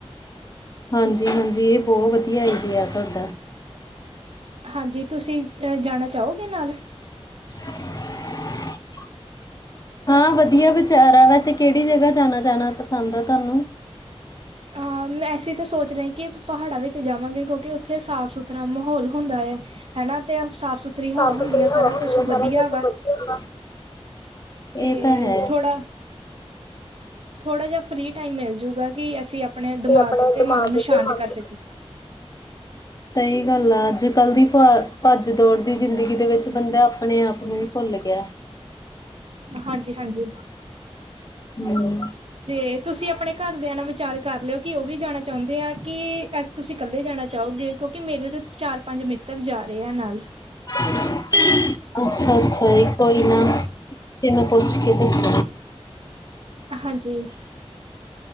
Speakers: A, on the left; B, on the right.
A: ਹਾਂਜੀ- ਹਾਂਜੀ ਇਹ ਬਹੁਤ ਵਧੀਆ ਆਈਡੀਆ ਤੁਹਾਡਾ।
B: ਹਾਂਜੀ ਤੁਸੀਂ ਅ ਜਾਣਾ ਚਾਹੋਗੇ ਨਾਲ?
A: <unintelligible> ਹਾਂ ਵਧੀਆ ਵਿਚਾਰ ਆ, ਵੈਸੇ ਕਿਹੜੀ ਜਗਾ ਜਾਣਾ- ਜਾਣਾ ਪਸੰਦ ਆ ਤੁਹਾਨੂੰ?
B: ਅ ਹਾਂ ਮੈਂ ਐਸੀ ਤਾਂ ਸੋਚ ਰਹੇ ਕਿ ਪਹਾੜਾਂ ਵਿੱਚ ਜਾਵਾਂਗੇ, ਕਿਉਂਕਿ ਉੱਥੇ ਸਾਫ- ਸੁਥਰਾ ਮਾਹੌਲ ਹੁੰਦਾ ਏ। ਹਨਾ ਤੇ ਸਾਫ਼ ਸੁਥਰਾ- ਥਰੀ
A: ਸਾਫ਼
B: ਹਵਾ ਹੁੰਦੀ
A: ਸੁਥਰੀ
B: ਆ,
A: ਹਵਾ
B: ਸਾਰਾ
A: ਹੁੰਦੀ
B: ਕੁਛ
A: ਹੈ ਸਾਰਾ
B: ਵਧੀਆ ਵਾ,
A: ਵਧੀਆ ਵਾ
B: ਤੇ
A: ਇਹ ਤਾਂ ਹੈ
B: ਥੋੜਾ। ਥੋੜਾ ਜਿਹਾ ਫ੍ਰਰੀ ਟਾਈਮ ਮਿਲਜੂਗਾ ਕਿ ਅਸੀਂ ਆਪਣੇ ਦਿਮਾਗ
A: ਆਪਣੇ
B: ਤੇ,
A: ਦਿਮਾਗ
B: ਮਨ ਨੂੰ ਸ਼ਾਂਤ
A: ਤੇ ਮਨ
B: ਕਰ ਸਕੀ।
A: ਸਹੀ ਗੱਲ ਆ ਅੱਜ ਕੱਲ ਦੀ ਪਾਰ- ਭੱਜ ਦੌੜ ਦੀ ਜ਼ਿੰਦਗੀ ਦੇ ਵਿੱਚ ਬੰਦਾ ਆਪਣੇ ਆਪ ਨੂੰ ਹੀ ਭੁੱਲ ਗਿਆ
B: ਹਾਂਜੀ ਹਾਂਜੀ
A: ਹਮ
B: ਤੇ ਤੁਸੀਂ ਆਪਣੇ ਘਰਦਿਆਂ ਨਾਲ ਵਿਚਾਰ ਕਰ ਲਿਓ ਕਿ ਉਹ ਵੀ ਜਾਣਾ ਚਾਹੁੰਦੇ ਆ ਕਿ ਅ ਤੁਸੀਂ ਕੱਲੇ ਜਾਣਾ ਚਾਹੋਗੇ ਕਿਉਂਕਿ ਮੇਰੇ ਦੇ ਚਾਰ ਪੰਜ ਮਿੱਤਰ ਤਕ ਜਾ ਰਹੇ ਆ ਨਾਲ
A: ਅੱਛਾ ਅੱਛਾ ਜੀ ਕੋਈ ਨਾ ਤੈਨੂੰ ਪੁੱਛ ਕੇ ਦੱਸਾ
B: ਹਾਂਜੀ